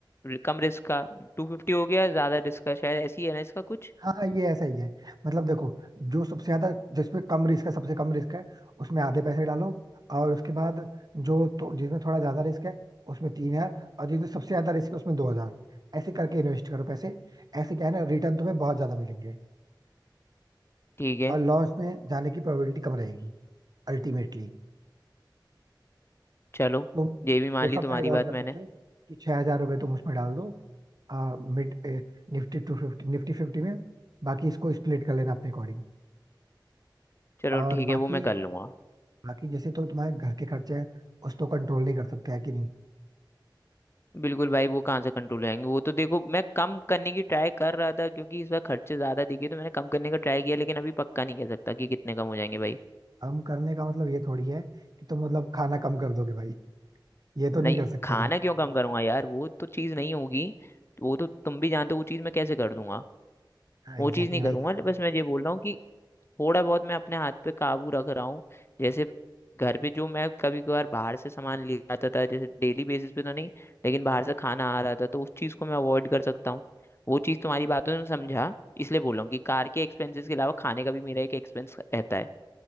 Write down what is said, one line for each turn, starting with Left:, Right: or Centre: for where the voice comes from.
Left: रि- कम रिस्क का टू फिफ्टी हो गया ज्यादा रिस्क का शायद ऐसी है ना इसका कुछ
Right: हाँ ये ऐसा ही है मतलब देखो जो सबसे ज्यादा जिसमें कम रिस्क है सबसे कम रिस्क है उसमें आधे पैसे डालो और उसके बाद जो तो, जिसमें थोड़ा ज्यादा रिस्क है उसमें तीन हजार और जिसमें सबसे ज्यादा रिस्क है उसमें दो हजार ऐसे करके इन्वेस्ट करो पैसे ऐसे क्या है ना रिटर्न तुम्हें बहुत ज्यादा मिलेंगे
Left: ठीक है
Right: और लॉस में जाने की प्रोबेबिलिटी कम रहेगी अल्टीमेटली
Left: चलो
Right: तुम
Left: ये भी मान
Right: सेफर
Left: ली तुम्हारी
Right: साइड और
Left: बात
Right: कर
Left: मैंने
Right: सकते हो कि छह हजार रुपये तुम उसमें डाल दो आ, mid Nifty two fifty Nifty fifty में बाकी इसको स्प्लिट कर लेना अपने अकॉर्डिंग
Left: चलो
Right: और
Left: ठीक है
Right: बाकी
Left: वो मैं कर लूंगा
Right: बाकी जैसे तो तुम्हारे घर के खर्चे हैं उस तो कंट्रोल नहीं कर सकते है कि नहीं
Left: बिल्कुल भाई वो कहाँ से कंट्रोल रहेंगे वो तो देखो मैं कम करने की ट्राई कर रहा था क्योंकि इस बार खर्चे ज्यादा दिखे तो मैंने कम करने का ट्राई किया लेकिन अभी पक्का नहीं कह सकता कि कितने कम हो जाएंगे भाई
Right: कम करने का मतलब ये थोड़ी है कि तुम मतलब खाना कम कर दोगे भाई ये तो नहीं
Left: नहीं
Right: कर सकते
Left: खाना
Right: ना
Left: क्यों कम करूंगा यार वो तो चीज़ नहीं होगी वो तो तुम भी जानते हो वो चीज़ मैं कैसे कर दूंगा
Right: हाँ एग्जैक्टली
Left: वो चीज़ नहीं
Right: exactly
Left: करूंगा
Right: वही कह रहा हूँ
Left: बस मैं ये बोल रहा हूँ थोड़ा बहुत मैं अपने हाथ पे काबू रख रहा हूँ जैसे घर पे जो मैं कभी कभार बाहर से सामान ले आता था जैसे डेली बेसिस पे तो नहीं लेकिन बाहर से खाना आ रहा था तो उस चीज़ को मैं अवॉइड कर सकता हूँ वो चीज़ तुम्हारी
Right: हाँ
Left: बातों में समझा इसलिए बोल रहा हूँ कि कार के एक्सपेंसेस के अलावा खाने का भी मेरा एक एक्सपेंस रहता है